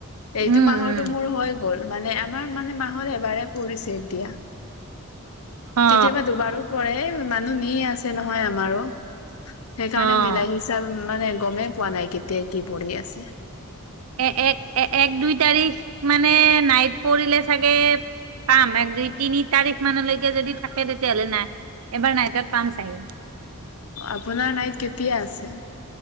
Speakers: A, on the left; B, on the right.
A: এইটো
B: উম
A: মাহৰতো
B: উম
A: মোৰ হৈ গ'ল মানে আমাৰ মানে মাহত এবাৰে পৰিছে এতিয়া
B: অ
A: কেতিয়াবা দুবাৰো পৰে মানুহ নি আছে নহয় আমাৰো সেইকাৰণে
B: অ
A: মিল আহিছে আৰু মানে গমেই পোৱা নাই কেতিয়া কি পঢ়ি আছে
B: এ এক এ এক দুই তাৰিখ মানে নাইট পৰিলে চাগে পাম এক দুই তিনি তাৰিখ মানলৈকে যদি থাকে তেতিয়াহ'লে নাই এবাৰ নাইটত পাম চাগে <unintelligible>
A: আপোনাৰ নাইট কেতিয়া আছে